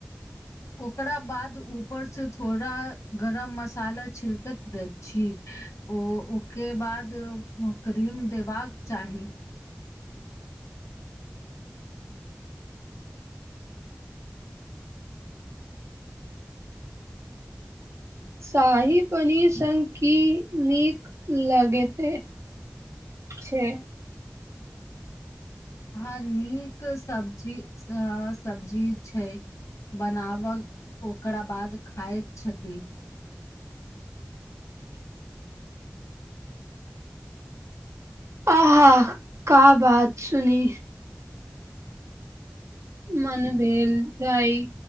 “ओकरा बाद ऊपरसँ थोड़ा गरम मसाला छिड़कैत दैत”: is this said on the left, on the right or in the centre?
Left